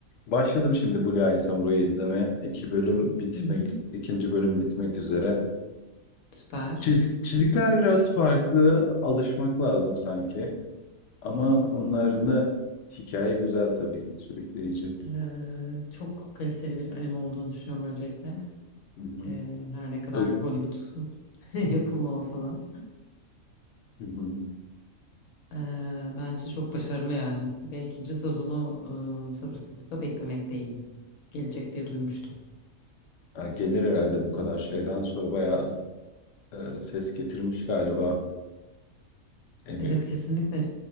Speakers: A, on the left; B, on the left.
A: Başladım şimdi Blue Eye Samurai'yi izlemeye. İki bölüm bitmek,
B: Hı hı.
A: ikinci bölüm bitmek üzere.
B: Süper.
A: Çiz- çizikler biraz farklı, alışmak lazım sanki. Ama onların da hikaye güzel tabii, sürükleyici.
B: Ee, çok kaliteli bir anime olduğunu düşünüyorum öncelikle.
A: Hı hı.
B: Ee, her ne kadar
A: Ö-
B: Hollywood <laughs> yapımı olsa da.
A: Hı hı.
B: Ee, bence çok başarılı yani. Ve ikinci sezonu e, sabırsızlıkla beklemekteyim. Gelecek diye duymuştum.
A: Ya gelir herhalde bu kadar şeyden sonra bayağı e, ses getirmiş galiba. E,
B: Evet
A: bir
B: kesinlikle.